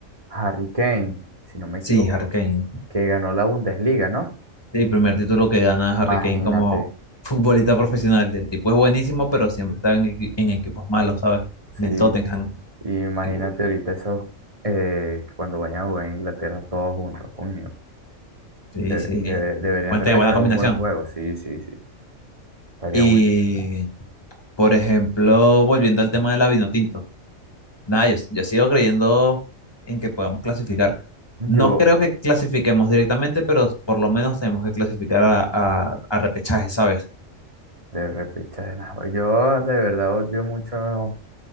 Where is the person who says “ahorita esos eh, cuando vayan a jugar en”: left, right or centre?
Right